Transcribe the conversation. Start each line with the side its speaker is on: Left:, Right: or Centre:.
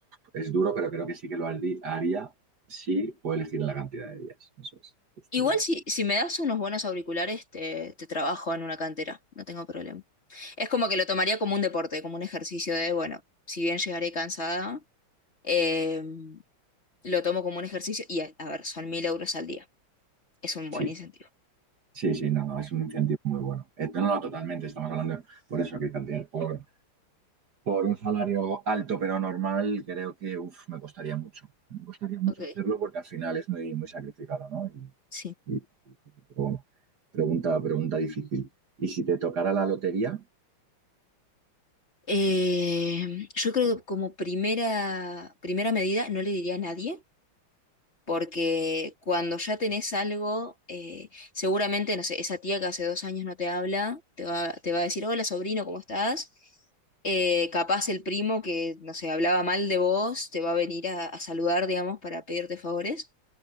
Right: es duro, pero creo que sí que lo harí- haría si puedo elegir la cantidad de días. Eso es, justo.
Left: Igual si, si me das unos buenos auriculares, te, te trabajo en una cantera, no tengo problema. Es como que lo tomaría como un deporte, como un ejercicio de, bueno, si bien llegaré cansada, eh, lo tomo como un ejercicio y, a, a ver, son mil euros al día. Es un buen
Right: Sí,
Left: incentivo.
Right: sí, sí, no, no, es un incentivo muy bueno. Eh, no, no, totalmente, estamos hablando por eso, que cantidad, por Por un salario alto pero normal, creo que uf, me costaría mucho. Me costaría mucho
Left: Ok,
Right: hacerlo porque al final es muy, muy sacrificado, ¿no? Y,
Left: sí.
Right: y, pero bueno, pregunta, pregunta difícil. Y si te tocara la lotería,
Left: Eh, yo creo que como primera, primera medida no le diría a nadie porque cuando ya tenés algo, eh, seguramente, no sé, esa tía que hace dos años no te habla, te va, te va a decir, hola sobrino, ¿cómo estás? Eh, capaz el primo que, no sé, hablaba mal de vos, te va a venir a, a saludar, digamos, para pedirte favores,